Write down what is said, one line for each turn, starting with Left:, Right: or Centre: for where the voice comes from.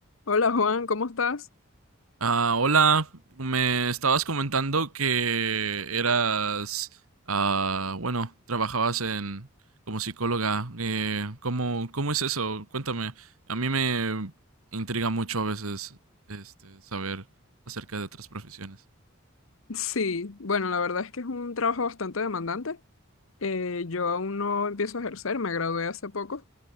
Left: Hola Juan, ¿cómo estás?
Right: Ah, hola, me estabas comentando que eras, ah, bueno, trabajabas en como psicóloga. Eh, ¿cómo, cómo es eso? Cuéntame. A mí me intriga mucho a veces este, saber acerca de otras profesiones.
Left: Sí, bueno, la verdad es que es un trabajo bastante demandante. Eh, yo aún no empiezo a ejercer, me gradué hace poco,